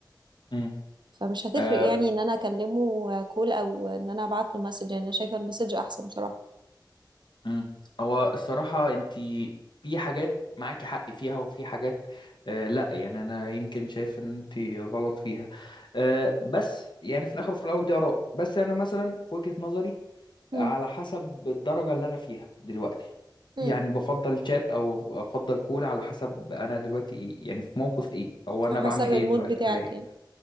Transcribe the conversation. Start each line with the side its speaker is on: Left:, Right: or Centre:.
Left: مم.
Right: فمش هتفرق
Left: آه،
Right: يعني ان انا اكلمه كول او ان انا ابعت له مسج يعني انا شايفه المسج احسن بصراحه
Left: مم. هو الصراحة انت في حاجات معاكي حق فيها وفي حاجات آه لا يعني انا يمكن شايف ان انت غلط فيها آه بس يعني في الاخر وفي الاول دي اراء بس انا مثلا في وجهة نظري
Right: امم
Left: على حسب الدرجة اللي انا فيها دلوقتي
Right: امم
Left: يعني بفضل شات او افضل كول على حسب انا دلوقتي ايه يعني في موقف ايه او انا بعمل
Right: حسب المود
Left: ايه دلوقتي
Right: بتاعك
Left: حاليا
Right: يعني